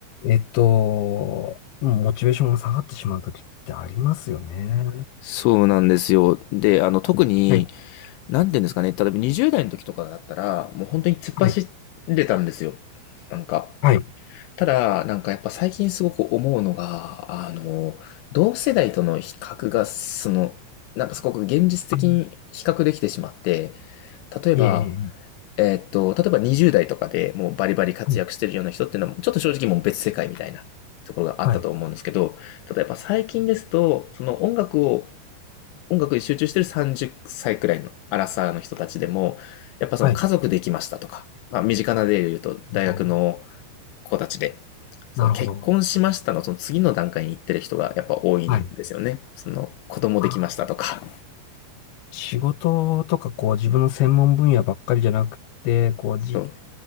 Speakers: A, on the left; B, on the left.
A: えっと、モチベーションが下がってしまう時ってありますよね。
B: そうなんですよ。で、あの、特に、
A: はい、
B: なんていうんですかね、例えば20代の時とかだったら、もう本当に突っ走れたんですよ。
A: はい、
B: なんか。
A: はい。
B: ただ、なんかやっぱ最近すごく思うのが、あの、同世代との比較が、その、なんかすごく現実的に比較できてしまって、
A: あ
B: 例えば、
A: いえいえ
B: えーっと、例えば20代とかでもうバリバリ活躍してるような人っていうのは、
A: いえ
B: ちょっと正直もう別世界みたいなところがあったと思うんですけど、
A: はい、
B: 例えば最近ですと、その音楽を音楽に集中してる30歳くらいのアラサーの人たちでも、やっぱその家族できましたとか、
A: はい、は
B: まあ身近な例で言うと大学の
A: い。
B: 子たちで、その結婚しましたのその次の段階に行ってる人がやっぱ多いんですよね。
A: なるほど。はい。
B: その子供できましたとか。
A: あー仕事とか、こう、自分の専門分野ばっかりじゃなくて、こう、
B: そう。
A: じ、